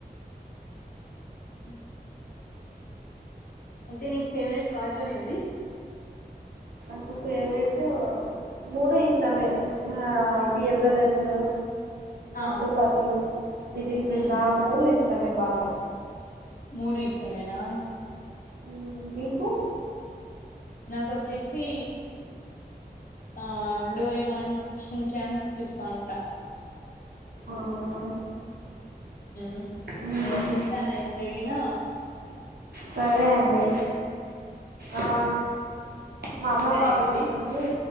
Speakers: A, on the left; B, on the right.
A: ఉ అయితే నీకు ఫేవరెట్ కార్టూన్ ఏది
B: నాకు ఫేవరెట్ మూడు ఇష్టమే ఆ బియర్ బ్రదర్స్ మోటు
A: ఆ
B: పత్లు లిటిల్ కృష్ణ
A: మ్మ్
B: ఆ మూడు ఇష్ తమమయం బాగా
A: మూడు ఇష్టమేనా
B: మ్ మీకు
A: నాకోచ్చేసి ఆ డోరేమాం సించన్ చూస్తా ఉంటా
B: అవునా
A: మ్
B: హ్మ్.
A: ఇంగ సింఛాన్ ఐతేగిన
B: సరే అండి ఆ మా అమ్మ
A: సరే
B: కాల్
A: మరి
B: చేస్తుంది